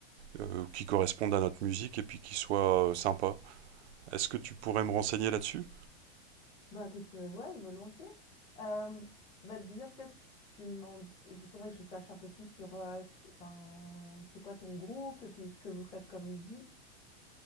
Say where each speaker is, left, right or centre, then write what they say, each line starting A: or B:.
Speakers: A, on the right; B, on the left.
A: euh, qui correspondent à notre musique et puis qui soient euh, sympas. Est-ce que tu pourrais me renseigner là-dessus?
B: Bah écoute, euh, ouais, volontiers. Euh, bah déjà peut-être tu m'en... Il faudrait que je sache un peu plus sur euh, c'est- enfin, c'est quoi ton groupe et puis ce que vous faites comme musique.